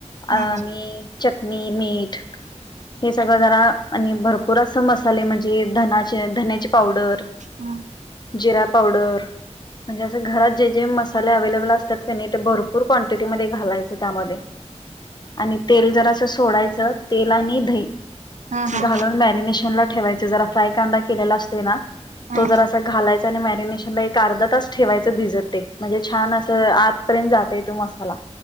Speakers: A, on the right (about 80°); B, on the left (about 35°).
A: हा
B: आणि
A: हा
B: चटनी, मीठ हे सगळं जरा आणि भरपूर असं मस्त मसाले म्हणजे धनाचे धन्याची पावडर,
A: हा हा
B: जिरा पावडर म्हणजे असं घरात जे जे मस मसाले अवेलेबल असतात काणी ते भरपूर क्वांटिटी मध्ये घालायच त्यामध्ये आणि तेल जरासं सोडायचं तेल आणि दही.
A: हा हा हा हा हा
B: घालून मॅरिनेशन ला ठेवायच, जरा फ्राय कांदा केलेला असतोय ना
A: हा
B: तो
A: हा
B: जरासा घालायचा आणि मॅरिनेशनला एक अर्धा तास ठेवायच भिजत ते म्हणजे छान अस आत पर्यंत जातय तो मसाला.